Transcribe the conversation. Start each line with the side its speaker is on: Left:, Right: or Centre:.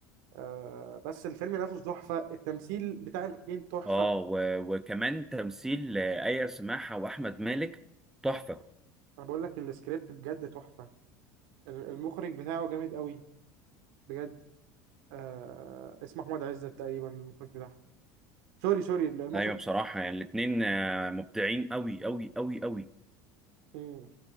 Right: آه بس الفيلم نفسه تحفه التمثيل بتاع الاتنين تحفه
Centre: اه و- وكمان تمثيل آه، ايا سماحه واحمد مالك تحفه
Right: انا بقول لك السكريبت بجد تحفه ال- المخرج بتاعه جامد قوي بجد آه اسمه احمد عزت تقريبا المخرج بتاعها سوري سوري المخرج
Centre: ايوه بصراحه يعني الاثنين مبدعين قوي قوي قوي قوي
Right: مم.